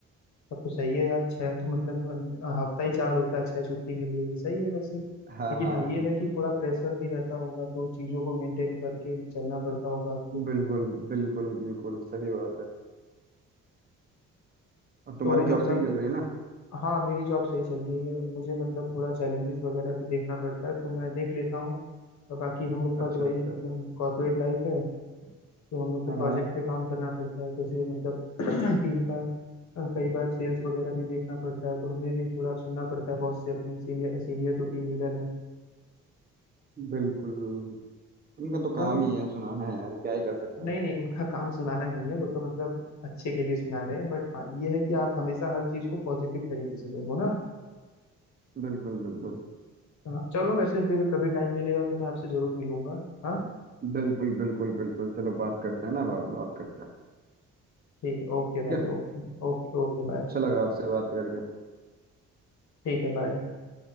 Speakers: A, on the left; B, on the right.
A: तब तो सही है यार छह तो मतलब अ, हफ्ता ही चार होता है छह छुट्टी मिल रही है सही है वैसे
B: हाँ
A: लेकिन
B: हाँ
A: हाँ
B: हाँ
A: ये है कि थोड़ा प्रेशर भी रहता होगा तो चीजों को मेंटेन करके चलना पड़ता होगा आपको
B: बिल्कुल बिल्कुल बिल्कुल सही बात है और तुम्हारी
A: तो
B: जॉब
A: मतलब
B: से ही चल रही है ना
A: हाँ मेरी जॉब सही चल रही है मुझे मतलब थोड़ा चैलेंजेस वगैरह भी देखना पड़ता है तो मैं देख लेता हूँ और बाकी हम लोग का
B: अच्छा
A: तो वही
B: अच्छा
A: मतलब कॉर्पोरेट लाइफ है तो हम लोग को
B: हाँ
A: प्रोजेक्ट
B: हाँ
A: पे काम करना पड़ता है जैसे मतलब <clears throat> टीम का अ, कई बार सेल्स वगैरह भी देखना पड़ता है तो हमें भी थोड़ा सुनना पड़ता है बॉस से अपने सीनियर सीनियर जो टीम लीडर हैं
B: बिल्कुल उनका तो
A: चलो
B: काम ही है सुनाना है यार क्या ही कर सकता
A: नहीं
B: है
A: नहीं उनका काम सुनाना नहीं है वो तो मतलब अच्छे के लिए सुना रहे हैं बट हाँ ये है कि आप हमेशा हर चीज को पॉजिटिव तरीके से देखो ना
B: बिल्कुल बिल्कुल
A: हाँ, चलो वैसे फिर कभी टाइम मिलेगा तो मैं आपसे जरूर मिलूंगा हाँ
B: बिल्कुल बिल्कुल बिल्कुल चलो बात करते हैं ना बाद में बात करते हैं
A: ठीक है ओके
B: ठीक
A: भाई
B: है
A: ओके Okay okay bye
B: अच्छा लगा आपसे बात करके
A: ठीक है बाय